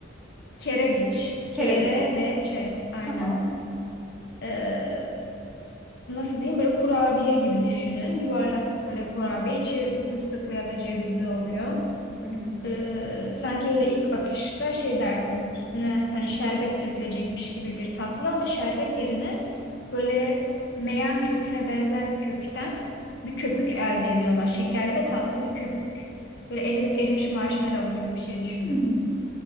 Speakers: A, on the left; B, in the centre.
A: Kerebiç.
B: Kerebiç,
A: K-R-B-Ç. Aynen.
B: tamam.
A: Ee, nasıl diyeyim böyle kurabiye gibi düşünün. Yuvarlak böyle kurabiye içi fıstıklı ya da cevizli oluyor.
B: Hı hı.
A: Ee, sanki öyle ilk bakışta şey dersiniz üstüne hani şerbet dökülecekmiş gibi bir tatlı ama şerbet yerine böyle meyan köküne benzer bir kökten bir köpük elde ediyorlar. Şekerli ve tatlı bir köpük. Böyle erim- erimiş marshmallow gibi bir şey düşünün.
B: Hmm.